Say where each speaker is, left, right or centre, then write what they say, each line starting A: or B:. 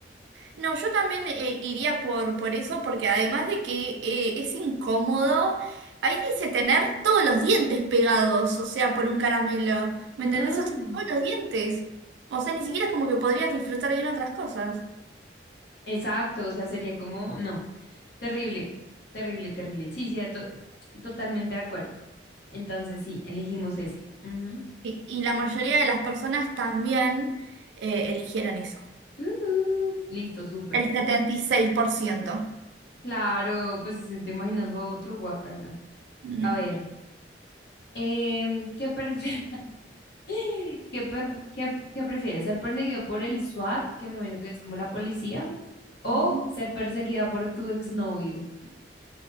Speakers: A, on the right; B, on the left.
A: no, yo también eh, iría por, por eso, porque además de que eh, es incómodo, ahí dice tener todos los dientes pegados, o sea, por un caramelo. ¿Me
B: No.
A: entendés? O sea, todos los dientes. O sea, ni siquiera es como que podrías disfrutar bien otras cosas.
B: Exacto, o sea, sería como, no, terrible, terrible, terrible. Sí, sí, to- totalmente de acuerdo. Entonces, sí, elegimos ese. Ujú.
A: Y, y la mayoría de las personas también eh, eligieron eso.
B: Ujú. Listo, súper.
A: El 76%.
B: Claro, pues es que te imaginas lo otro, guacala.
A: Mm.
B: A ver, em, ¿qué, prefi- <laughs> qué, per- qué- qué prefieres? ¿Ser perseguido por el SWAT, que me imagino que es como la policía, o
A: Ujú.
B: ser perseguida por tu exnovio?